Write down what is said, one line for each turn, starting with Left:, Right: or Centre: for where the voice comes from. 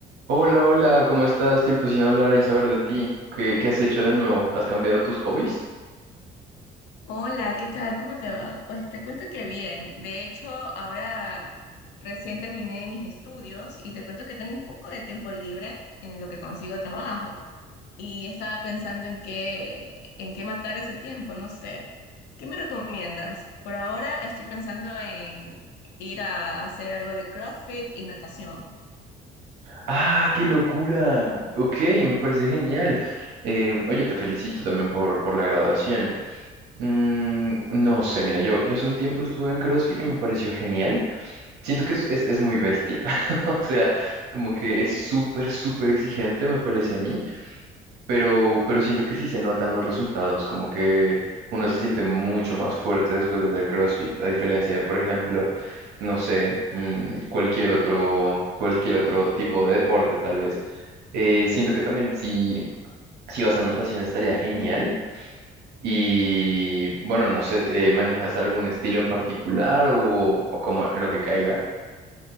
Right: Hola, hola, ¿cómo estás? Tiempo sin hablar y saber de ti. ¿Qué, qué has hecho de nuevo? ¿Has cambiado tus hobbies?
Left: Hola, ¿qué tal? ¿Cómo te va? Pues te cuento que bien. De hecho, ahora recién terminé mis estudios y te cuento que tengo un poco de tiempo libre en lo que consigo trabajo y estaba pensando en qué, en qué matar ese tiempo, no sé. ¿Qué me recomiendas? Por ahora estoy pensando en ir a hacer algo de CrossFit y natación.
Right: ¡Ah, qué locura! Ok, me parece genial. Eh, oye, te felicito también por, por la graduación. Mm, no sé, mira, yo, yo hace un tiempo estuve en CrossFit y me pareció genial. Siento que es, es, es muy bestia. <laughs> O sea, como que
Left: <laughs>
Right: es súper, súper exigente, me parece a mí. pero, pero siento que sí se notan los resultados, como que uno se siente mucho más fuerte después de hacer CrossFit, a diferencia de, por ejemplo, no sé, mm, cualquier otro, cualquier otro tipo de deporte, tal vez. Eh, siento que también si, si vas a natación estaría genial. Y bueno, no sé, eh, ¿manejas algún estilo en particular o, o como lo que caiga?